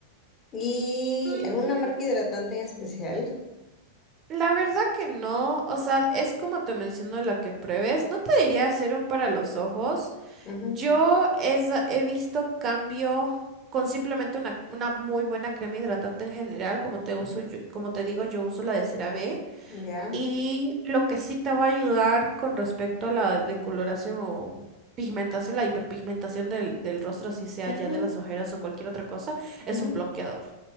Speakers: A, on the left (about 30°); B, on the right (about 30°).
A: y
B: mm,
A: alguna marca hidratante en especial.
B: la verdad que no, o sea, es como te menciono la que pruebes. No te diría serum para los ojos.
A: Ujú,
B: Yo es- he visto cambio con simplemente una, una muy buena crema hidratante en general, como te uso
A: ujú,
B: yo- como te digo, yo uso la de CeraVe.
A: ya.
B: Y lo que sí te va a ayudar con respecto a la decoloración o pigmentación, la hiperpigmentación del, del rostro, si sea
A: ujú,
B: ya de las ojeras o cualquier otra cosa, es
A: ujú.
B: un bloqueador.